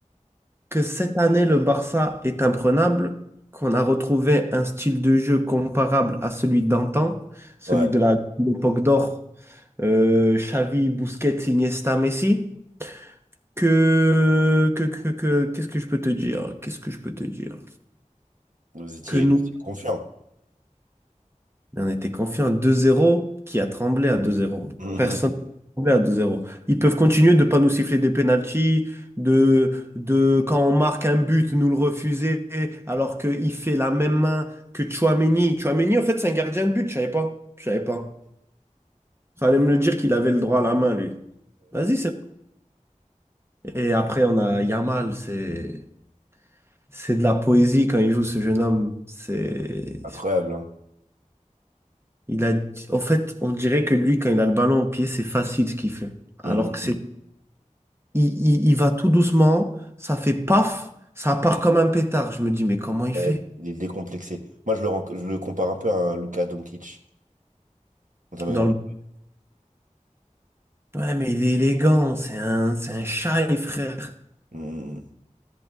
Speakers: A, on the right (about 20°); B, on the right (about 75°).
A: que cette année, le Barça est imprenable, qu'on a retrouvé un style de jeu comparable à celui d'antan, celui
B: Ouais,
A: de la- de l'époque d'or, euh, Xavi, Busquets, Iniesta, Messi. Que, que, que, que- qu'est-ce que je peux te dire? Qu'est-ce que je peux te dire?
B: vous étiez
A: Que nous
B: confiant.
A: Mais On était confiant à 2-0, qui a tremblé à 2-0.
B: <laughs>
A: Personne n'a tremblé à 2-0. Ils peuvent continuer de ne pas nous siffler des pénaltys, de, de quand on marque un but, nous le refuser, alors qu'il fait la même main que Chouameni. Chouameni, en fait, c'est un gardien de but, je savais pas. Je savais pas. Fallait me le dire qu'il avait le droit à la main, lui. Vas-y, c'est bon. Et après, on a Yamal, c'est c'est de la poésie quand il joue ce jeune homme. C'est.
B: incroyable, hein.
A: Il a, en fait, on dirait que lui, quand il a le ballon au pied, c'est facile ce qu'il fait. Alors
B: Mhm.
A: que c'est, il, il, il va tout doucement, ça fait paf, ça part comme un pétard. Je me dis, mais comment il fait?
B: Euh, Il est décomplexé. Moi, je le, ren- je le compare un peu à un Luka Doncic. dans sa manière
A: Dans
B: de-
A: le... Ouais, mais il est élégant, c'est un, c'est un shy, frère.
B: Mhm.